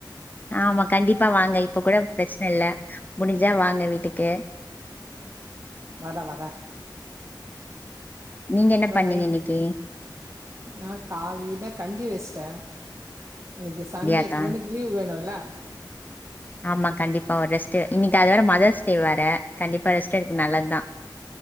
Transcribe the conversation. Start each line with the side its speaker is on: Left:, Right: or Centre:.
Left: ஆமா கண்டிப்பா ப்ப வாங்க இப்ப கூட பிரச்சன இல்ல முடிஞ்சா வாங்க வீட்டுக்கு
Right: வதா வதா
Left: நீங்க என்ன
Right: அப்பறம்
Left: பண்ணீங்க
Right: நைட்டு
Left: இன்னைக்கு
Right: ஆஹ காலிலதான் கஞ்சி வெச்சிட்டேன் <inaudible> இன்னிக்கு சண்டே
Left: அப்டியாக்கா
Right: எனக்கு லீவ் வேணும்ல <inaudible>
Left: ஆமா கண்டிப்பா ஒரு ரெஸ்ட் இன்னிக்கு அத வேற மதர்ஸ் டே வர கண்டிப்பா ரெஸ்ட் எக்கு நல்லதுதான்